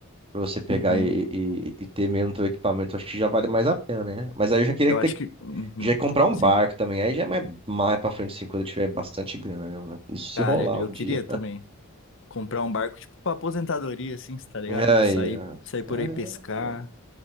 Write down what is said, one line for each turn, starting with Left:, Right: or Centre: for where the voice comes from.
Right: Pra você pegar
Left: Uhum.
Right: e, e- e ter mesmo teu equipamento, acho que já vale mais a pena, né? Mas aí eu já queria
Left: Eu
Right: ter,
Left: acho que. Uhum,
Right: já ia comprar um
Left: sim.
Right: barco também. Aí já é mais, mais pra frente, assim, quando eu tiver bastante grana mesmo, né? Isso se
Left: Cara,
Right: rolar
Left: eu
Right: um dia.
Left: queria também comprar um barco, tipo, pra aposentadoria, assim, cê tá ligado?
Right: Aí,
Left: Sair,
Right: ó.
Left: sair por
Right: É,
Left: aí pescar.
Right: pô.